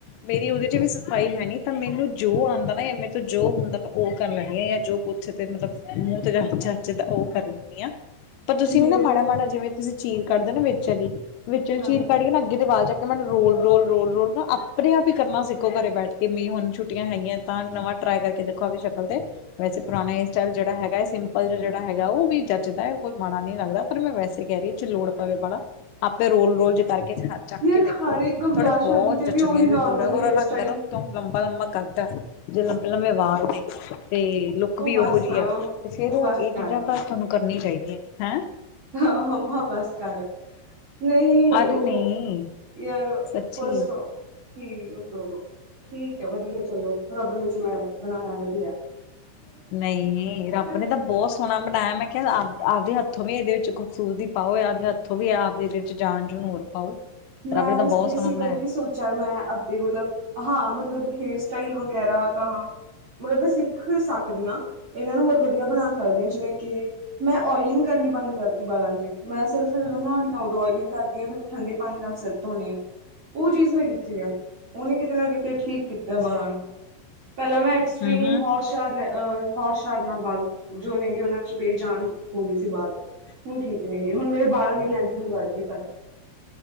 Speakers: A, on the left; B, on the right.
A: ਮੇਰੀ ਔਦੇ ਚ ਵੀ ਸਫਾਈ ਹੈਨੀ ਤਾਂ ਮੈਨੂੰ ਜੋ ਔਂਦਾ ਨਾ ਯਾਂ ਮੇਰੇ ਤੋਂ ਜੋ ਹੁੰਦਾ ਮੈਂ ਔਹ ਕਰ ਲੈਂਨੀ ਆ ਜੋ ਉੱਥੇ ਤੇ ਮਤਲਬ ਮੂੰਹ ਤੇ ਜੱਚਦਾ ਔਹ ਕਰ ਲੈਂਨੀ ਆ ਪਰ ਤੁਸੀਂ
B: ਮੇਰੇ
A: ਵੀ ਨਾ ਮਾੜਾ,
B: ਤੋਂ
A: ਮਾੜਾ
B: ਤਾਂ
A: ਜਿਵੇਂ ਤੁਸੀਂ ਚੀਰ ਕੱਢਦੇ ਨਾ ਵਿੱਚ ਆਲੀ ਵਿਚੋ
B: ਹਾਂ
A: ਚੀਰ ਕੱਢ ਕੇ ਨਾ ਅੱਗੇ ਦੇ ਵਾਲ ਚੱ ਮੈਨੂੰ ਰੋਲ, ਰੋਲ, ਰੋਲ, ਰੋਲ ਨਾ ਆਪਣੇ ਆਪ ਈ ਕਰਨਾ ਸਿੱਖੋ ਘਰੇ ਬੈਠ ਕੇ ਵੀ ਹੁਣ ਛੁੱਟੀਆਂ ਹੈਗੀਆਂ ਤਾਂ ਨਵਾਂ ਟਰਾਈ ਕਰਕੇ ਦੇਖੋ ਆਪਣੀ ਸ਼ਕਲ ਤੇ ਵੈਸੇ ਪੁਰਾਣੇ ਹੇਅਰ ਸਟਾਈਲ ਜਿਹੜਾ ਹੈਗੈ ਸਿੰਪਲ ਜਾ ਜਿਹੜਾ ਹੈਗੈ ਉਹ ਵੀ ਜੱੱਚਦੈ ਕੋਈ ਮਾੜਾ ਨਹੀਂ ਲੱਗਦਾ। ਪਰ ਮੈਂ ਵੈਸੇ ਕਹਿ ਰੀ ਆ ਜੇ ਲੋੜ ਪਵੇ ਵਾਲਾ ਆਪੇ ਰੋਲ, ਰੋਲ ਜੇ ਕਰਕੇ ਚੱਕ
B: ਯਾਰ
A: ਕੇ ਦੇਖੋ
B: ਹਰ ਇੱਕ ਵਿਆਹ
A: ਥੋਡੇ
B: ਸ਼ਾਦੀ
A: ਬਹੁਤ
B: ਤੇ
A: ਜਚਣੀਆਂ
B: ਉਹੀ ਨੋਰਮਲ
A: ਵੀ ਗੋਰਾ, ਗੋਰਾ
B: ਹੇਅਰ
A: ਰੰਗ
B: ਸਟਾਈਲ
A: ਐ ਨਾ। ਤੋਂ ਲੰਬਾ ਲੰਬਾ ਕੱਦ ਆ ਜੇ ਲੰਬੇ ਲੰਬੇ ਵਾਲ ਨੇ ਤੇ ਲੁੱਕ
B: ਉਹ
A: ਵੀ
B: ਬਸ
A: ਉਹੋ ਜੀ
B: ਉਹ
A: ਆ, ਤੇ ਫੇਰ ਇਹ
B: ਬਸ ਕਰ
A: ਚੀਜ਼ਾਂ ਤਾਂ ਥੋਨੂੰ ਕਰਨੀ ਚਾਹੀਦੀਆਂ। ਹੈਂ
B: ਹਾਂ ਮੰਮਾ ਬਸ ਕਰ, ਨਹੀਂ
A: ਅਰੇ
B: ਓ
A: ਨਹੀਂ
B: ਯਾਰ
A: ਸੱਚੀ
B: ਪਰਸੌ ਠੀਕ ਆ, ਚਲੋ ਠੀਕ ਐ ਵਧੀਆ ਚਲੋ ਰੱਬ ਨੇ ਜਿਵੇਂ ਬਣਾਇਆ ਵਧੀਐ।
A: ਨਈ ਰੱਬ ਨੇ
B: ਜਿਹੜੇ
A: ਤਾਂ ਬੋਤ ਸੋਹਣਾ ਬਣਾਇਆ ਮੈਂ ਕਿਹਾ ਆਪ ਆਪਦੇ ਹੱਥੋਂ ਵੀ ਇਹਦੇ ਵਿੱਚ ਖੂਬਸੂਰਤੀ ਪਾਓ ਆਪਦੇ ਹੱਥੋਂ ਵੀ ਆਪ ਇਹਦੇ ਜਾਨ ਜੂਨ ਹੋਰ ਪਾਓ।
B: ਮੈਂ
A: ਰੱਬ ਨੇ ਤਾਂ ਬਹੁਤ
B: ਬੇਸਿਕਲੀ
A: ਸੋਹਣਾ ਬਣਾਇਆ
B: ਸੋਚ ਚਲ ਮੈਂ ਆਪਦੇ ਮਤਲਬ ਹਾਂ ਮਤਲਬ ਹੇਅਰ ਸਟਾਈਲ ਵਗੈਰਾ ਤਾਂ ਮਤਲਬ ਮੈਂ ਸਿੱਖ ਸਕਦੀ ਆ ਇਹਨਾਂ ਨੂੰ ਹੋਰ ਵਧੀਆ ਬਣਾ ਸਕਦੀ ਆ ਜਿਵੇਂ ਕਿ ਮੈਂ ਓਇਲਿੰਗ ਕਰਨੀ ਬੰਦ ਕਰਤੀ ਬਾਲਾਂ ਤੇ ਮੈਂ ਸਿਰਫ਼ ਜਦੋਂ ਨਹਾਣੀ ਆ ਉਦੋਂ ਓਇਲਿੰਗ ਕਰਦੀ ਆ ਫਿਰ ਮੈਂ ਠੰਡੇ, ਪਾਣੀ ਨਾਲ ਸਿਰ ਧੋਣੀ ਆ। ਉਹ ਚੀਜ਼ ਮੈਂ ਕੀਤੀ ਆ ਉਹਨੇ ਕਿਤੇ ਨਾ ਕਿਤੇ ਠੀਕ ਕੀਤਾ ਬਾਲਾਂ ਨੂੰ ਪਹਿਲਾਂ ਮੈਂ। ਸਟ੍ਰਰੀਮ
A: ਹੂੰ ਹੂੰ
B: ਹੋਰਸ ਅਹ ਹੋਟਸ਼ਾਰ ਨਾਲ ਬਾਲ ਜੋ ਨੇਗੇ ਉਹਨਾਂ ਚ ਬੇਜਾਨ ਹੋ ਗਈ ਸੀ ਬਾਲ। ਹੁਣ ਠੀਕ ਨੇ ਗੇ ਹੁਣ ਮੇਰੇ ਬਾਲਾਂ ਦੀ ਲੈਂਥ ਵੀ ਵੱਧ ਗੀ ਪਹਿਲੇ,